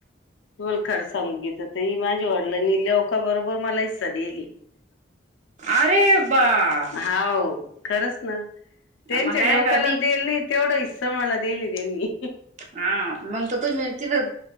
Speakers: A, on the left; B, on the right.
A: तुम्हाला खरं सांगू गीता ताई माझ्या वडलांनी लेका बरोबर मला हिस्सा दियेले.
B: अरे बा
A: हाव खरंच ना. त्यांच्या
B: मग काय
A: ल्योकालाचं
B: भाभी
A: देलं नाही तेवढा हिस्सा मला देयेली त्यांनी.
B: हा मंग तर तुम्ही तिथं